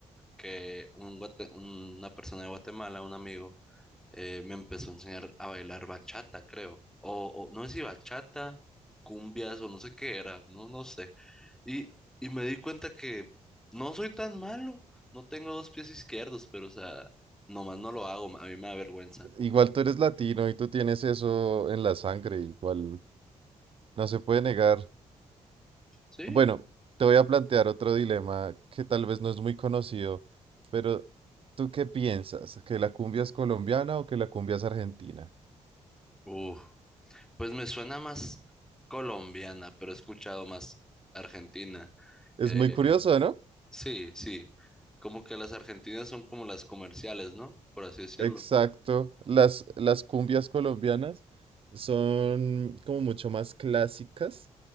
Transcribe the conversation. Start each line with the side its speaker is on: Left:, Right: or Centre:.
Centre: que un guate- una persona de Guatemala, un amigo, eh, me empezó a enseñar a bailar bachata, creo. O, o no sé si bachata, cumbias o no sé qué era, no, no sé. Y, y me di cuenta que no soy tan malo, no tengo dos pies izquierdos, pero o sea, nomás no lo hago, a mí me da vergüenza.
Right: Igual tú eres latino y tú tienes eso en la sangre, igual no se puede negar.
Centre: Sí.
Right: Bueno, te voy a plantear otro dilema que tal vez no es muy conocido, pero ¿tú qué piensas? ¿Que la cumbia es colombiana o que la cumbia es argentina?
Centre: Uf, pues me suena más colombiana, pero he escuchado más argentina.
Right: Es
Centre: eh,
Right: muy curioso, ¿no?
Centre: Sí, sí. Como que las argentinas son como las comerciales, ¿no? Por así decirlo.
Right: Exacto. Las, las cumbias colombianas son como mucho más clásicas